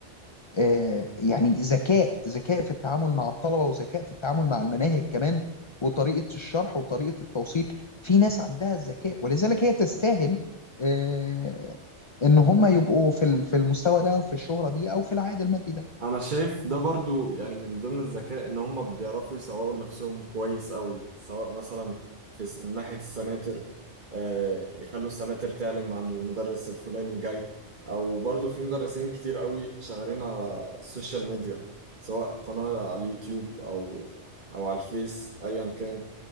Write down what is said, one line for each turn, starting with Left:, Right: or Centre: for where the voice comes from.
Left: آه، يعني ذكاء ذكاء في التعامل مع الطلبة وذكاء في التعامل مع المناهج كمان وطريقة الشرح وطريقة التوصيل في ناس عندها الذكاء ولذلك هي تستاهل آه، ان هم يبقوا في ال- في المستوى ده او في الشهرة دي او في العائد المادي ده
Right: أنا شايف ده برضو يعني من ضمن الذكاء إن هم بيعرفوا يسوقوا لنفسهم كويس قوي سواء مثلا في س- من ناحية السناتر آه، يخلوا السناتر تعلن عن المدرس الفلاني جاي أو برضو في مدرسين كتير قوي شغالين على السوشيال ميديا سواء قناة على اليوتيوب أو أو على الفيس أيا كان